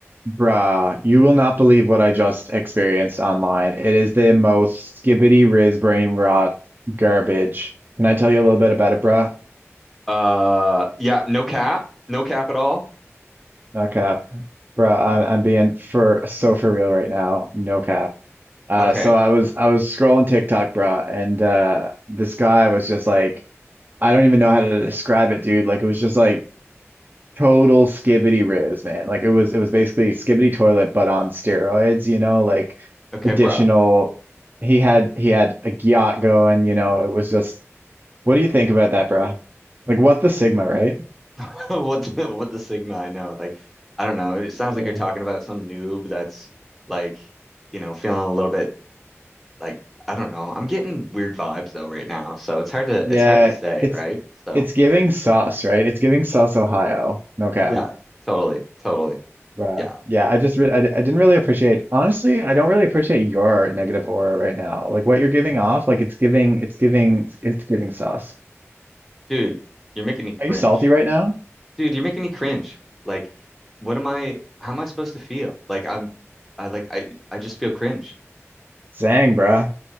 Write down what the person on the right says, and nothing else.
Bruh, you will not believe what I just experienced online. It is the most skibbity riz brain rot garbage. Can I tell you a little bit about it, bruh?
No cap. Bruh, I'm
I'm being for so for real right now. No cap. Uh
so I was I was scrolling TikTok, bruh, and uh this guy was just like I don't even know how to describe it, dude. Like it was just like total skibbity riz, man. Like it was it was basically skibbity toilet but on steroids, you know, like
additional
he had he had a yacht going, you know, it was just what do you think about that, bruh? Like what the Sigma, right?
Yeah.
Yeah,
it's
it's giving sus, right? It's giving sus Ohio. No cap.
Bruh.
Yeah, I just re I, d- I didn't really appreciate honestly, I don't really appreciate your negative aura right now. Like what you're giving off, like it's giving it's giving it's giving sus.
Are you salty right now?
Zang, bruh.